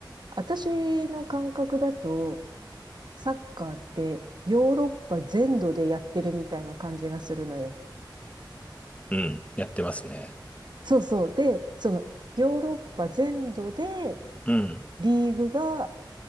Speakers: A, on the right; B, on the left.
A: 私の感覚だと、サッカーってヨーロッパ全土でやってるみたいな感じがするのよ。
B: うん、やってますね。
A: そうそう。で、その、ヨーロッパ全土で
B: うん。
A: リーグが、